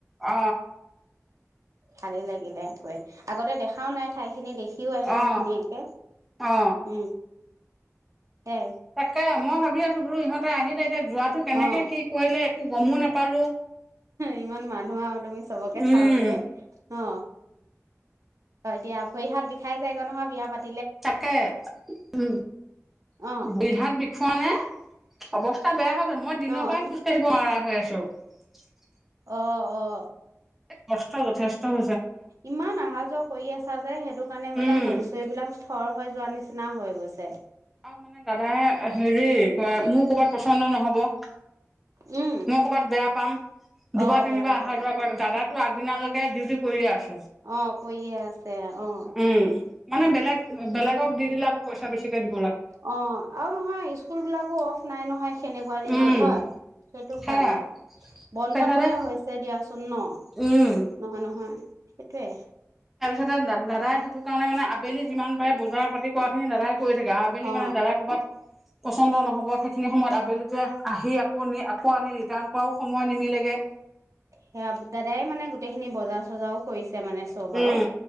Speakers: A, in the centre; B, on the right (about 75°).
A: অ
B: ভালেই লাগিলে গৈ আগতে দেখাওঁ নাই ঠাই। খিনি দেখিও আহিলো
A: অ
B: ধুনীয়াকে
A: অ
B: উম সেই
A: তাকে মই ভাবি আছোঁ। বুলো ইহতে আহিলে এতিয়া। যোৱাটো কেনেকে
B: অ',
A: কি কৰিলে। একো গমো নাপালো
B: ইমান মানুহ আৰু তুমি চবকে
A: উম
B: চাওতে অ হয় দিয়া ভৰি হাত বিষাই যায়গ নহয় বিয়া পাতি
A: তাকে উ
B: অ',
A: বিহাত বি খোৱা নে অৱস্থা বেয়া হব মই দিনৰ
B: অ',
A: পৰা খোজকাঢ়িবোৱাৰা হৈ আছো <unintelligible> পিকা <unintelligible>
B: অ অ
A: কষ্ট যথেষ্ট হ
B: ইমান অহা যোৱা কৰি আছা যে সেইটো কাৰণে মানে
A: উম
B: ভৰি চৰিবলাক খৰ হৈ যোৱা নিচিনা হৈ গৈছে
A: আৰু মানে দাদাই হেৰি ক মোৰ কৰ'বাত পচন্দ নহব মই
B: উম,
A: কৰ'ৰবাত বেয়া পাম
B: অ',
A: দুবাৰ তিনিবাৰ
B: বেয়া পাবা
A: অহা
B: বুলি
A: যোৱা কৰ দাদাক আগদিনালৈকে ডিউটি কৰি আছো
B: অ কৈয়ে আছে অ
A: উম। মানে বেলেগ বেলেক দি দিলে আকৌইচা বেছিকে দ
B: অ আৰু নহয় স্কুল বিলাকো অফ নাই নহয় কেনেকুৱা দিনত
A: উম
B: হয় সেইটো
A: সেয়া
B: কাৰণে বন্ধত
A: তাৰপিছতে
B: বোলে হৈছে দিয়া পচন্ন
A: উম
B: নহয় নহয় সটোৱে
A: তাৰপিছতে দাদাই সেইটো কাৰণে মানে আবেলি যিমান পাৰে বজাৰ পাতি কৰাোৱাখিনি দাদায় কৈ থাকে আবেলিানে
B: অ
A: দাদা কৰবাত পচন্দ নহ'ব সেইখিনি সময়ত আবেলিতে আহি আকৌ নি আকৌ আনি ৰিটাৰ্ণ কৰাও সময় নিমিলেগে
B: সেয়া দাদাই মানে গোটেইখিনি বজাৰ চজাৰও কৰিছে মানে চব
A: উম।
B: আৰু